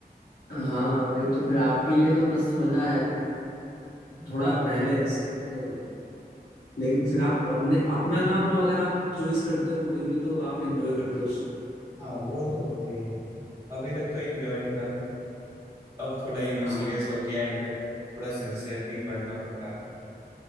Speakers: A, on the left; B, on the right.
A: हाँ वही तो फिर आपके लिए तो मस्त मजा है थोड़ा
B: हाँ मतलब
A: पहले स्ट्रगल है वो लेकिन फिर आप अपने अपना काम अगर आप चॉइस करते हो कोई भी तो आप एंजॉय करते हो उसको
B: हाँ वो तो होता ही है अभी तक तो एंजॉय हो रहा है अब थोड़ा यू नो
A: हाँ
B: सीरियस होके एंड थोड़ा सिंसियरली पढ़ना पड़ रहा है